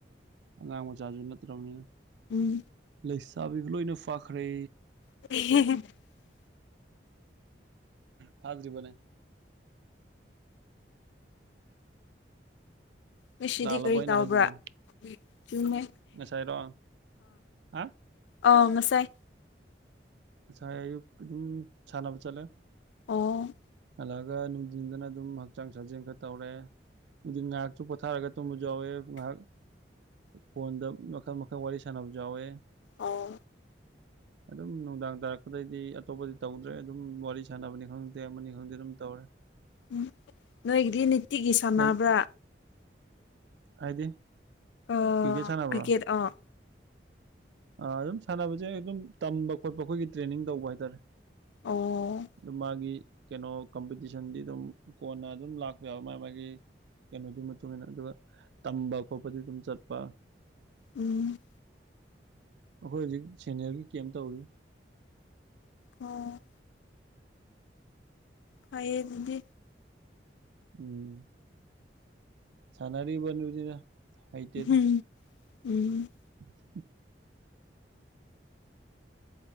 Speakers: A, on the right (about 70°); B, on the left (about 75°).
A: ꯑꯉꯥꯡ ꯃꯆꯥꯁꯨ ꯅꯠꯇ꯭ꯔꯕꯅꯤꯅ
B: ꯎꯝ
A: ꯂꯩꯁꯥꯕꯤꯕꯨ ꯂꯣꯏꯅ ꯐꯥꯈ꯭ꯔꯦ
B: <unintelligible>
A: ꯐꯗ꯭ꯔꯤꯕꯅꯦ
B: ꯉꯁꯤꯗꯤ
A: ꯂꯥꯜꯂꯕꯣ
B: ꯀꯔꯤ
A: ꯑꯩꯅ
B: ꯇꯥꯎꯕ꯭ꯔꯥ
A: ꯍꯥꯏꯁꯤꯕꯣ
B: ꯆꯨꯝꯃꯦ
A: ꯉꯁꯥꯏꯔꯣ ꯍꯥ
B: ꯑꯧ ꯉꯁꯥꯏ
A: ꯉꯁꯥꯏ ꯑꯌꯨꯛ ꯑꯗꯨꯝ ꯁꯥꯟꯅꯕ ꯆꯠꯂꯦ
B: ꯑꯣ
A: ꯍꯜꯂꯑꯒ ꯅꯨꯡꯗꯤꯟꯗꯅ ꯑꯗꯨꯝ ꯍꯛꯆꯥꯡ ꯁꯥꯖꯦꯟ ꯈꯔ ꯇꯧꯔꯦ ꯅꯨꯡꯗꯤꯟ ꯉꯥꯏꯍꯥꯛꯁꯨ ꯄꯣꯊꯥꯔꯒ ꯇꯨꯝꯕꯁꯨ ꯌꯥꯎꯋꯦ ꯉꯥꯏꯍꯥꯛ ꯐꯣꯟꯗ ꯃꯈꯜ ꯃꯈꯜ ꯋꯥꯔꯤ ꯁꯥꯟꯅꯕꯁꯨ ꯌꯥꯎꯋꯦ
B: ꯑꯣ
A: <inaudible> ꯑꯗꯨꯝ ꯅꯨꯡꯗꯥꯡ ꯇꯥꯔꯛꯄꯗꯩꯗꯤ ꯑꯇꯣꯞꯄꯗꯤ ꯇꯧꯗ꯭ꯔꯦ ꯑꯗꯨꯝ ꯋꯥꯔꯤ ꯁꯥꯟꯅꯕꯅꯤ ꯈꯪꯗꯦ ꯑꯃꯅꯤ ꯈꯪꯗꯦ ꯑꯗꯨꯝ ꯇꯧꯔꯦ
B: ꯎꯝ ꯅꯣꯏꯒꯤꯗꯤ ꯅꯤꯇꯤꯒꯤ ꯁꯥꯟꯅꯕ꯭ꯔꯥ
A: ꯅꯪ ꯍꯥꯏꯗꯤ
B: ꯑꯥ
A: ꯀꯔꯤꯀꯦꯠ ꯁꯥꯅꯕꯔꯣ
B: ꯀ꯭ꯔꯤꯀꯦꯠ ꯑꯥ
A: ꯑꯥ ꯑꯗꯨꯝ ꯁꯥꯟꯅꯕꯁꯦ ꯑꯗꯨꯝ ꯇꯝꯕ ꯈꯣꯠꯄ ꯑꯈꯣꯏꯒꯤ ꯇ꯭ꯔꯦꯅꯤꯡ ꯇꯧꯕ ꯍꯥꯏꯇꯥꯔꯦ
B: ꯑꯣ
A: ꯑꯗꯨ ꯃꯥꯒꯤ ꯀꯩꯅꯣ ꯀꯝꯄꯤꯇꯤꯁꯟꯗꯤ ꯑꯗꯨꯝ ꯀꯣꯟꯅ ꯑꯗꯨꯝ ꯂꯥꯛꯄ ꯌꯥꯎꯋꯦ ꯃꯥꯒꯤ ꯃꯥꯒꯤ ꯀꯩꯅꯣꯗꯨꯢ ꯃꯇꯨꯡꯏꯟꯅ ꯑꯗꯨꯒ ꯇꯝꯕ ꯈꯣꯠꯄꯗꯤ ꯑꯗꯨꯝ ꯆꯠꯄ
B: ꯎꯝ
A: ꯑꯩꯈꯣꯏ ꯍꯧꯖꯤꯛ ꯁꯦꯅꯤꯌꯔꯒꯤ ꯀꯦꯝ ꯇꯧꯔꯤ
B: ꯑꯣ ꯐꯩꯌꯦ ꯗꯨꯗꯤ
A: ꯎꯝ ꯁꯥꯅꯔꯤꯕꯗꯨꯅꯤꯗ ꯍꯩꯇꯦꯗ
B: ꯎꯝ ꯎꯝ
A: ꯑꯝꯍꯝ